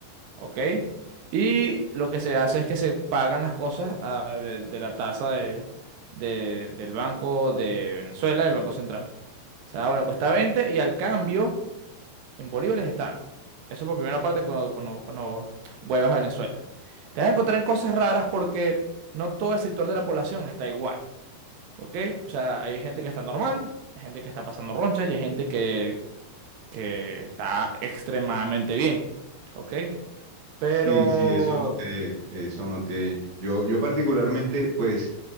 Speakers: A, on the right (about 75°); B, on the right (about 45°).
A: ¿ok? Y lo que se hace es que se pagan las cosas ah, de, de la tasa de, de- del Banco de Venezuela, del Banco Central. O sea, bueno, cuesta 20 y al cambio en bolívares es tanto. Eso por primera parte cuando, cuando, cuando vuelvas a Venezuela. Te vas a encontrar en cosas raras porque no todo el sector de la población está igual, ¿ok? O sea, hay gente que está normal, hay gente que está pasando roncha y hay gente que, que está extremadamente bien, ¿ok? Pero
B: Sí, sí, eso noté, eso noté. Yo, yo particularmente, pues,